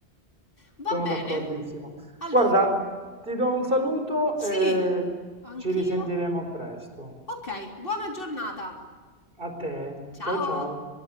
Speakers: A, on the left; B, on the right.
A: Va
B: Sono
A: bene.
B: d'accordissimo.
A: Allora
B: Guarda, ti do un saluto e
A: Sì, anch'io.
B: ci risentiremo presto.
A: Ok, buona giornata.
B: A te,
A: Ciao.
B: ciao ciao.